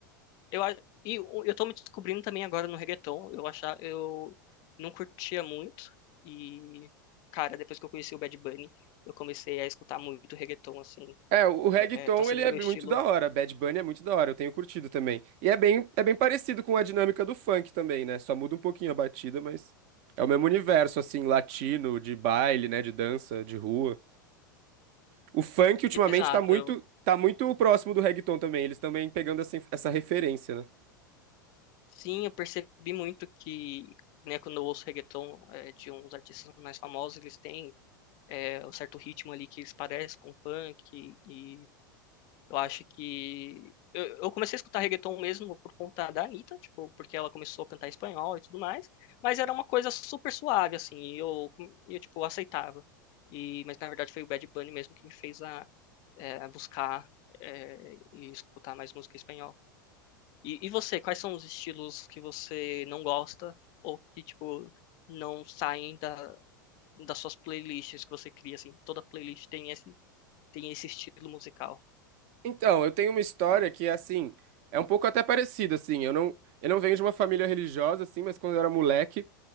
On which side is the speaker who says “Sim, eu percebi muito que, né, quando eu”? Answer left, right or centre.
Left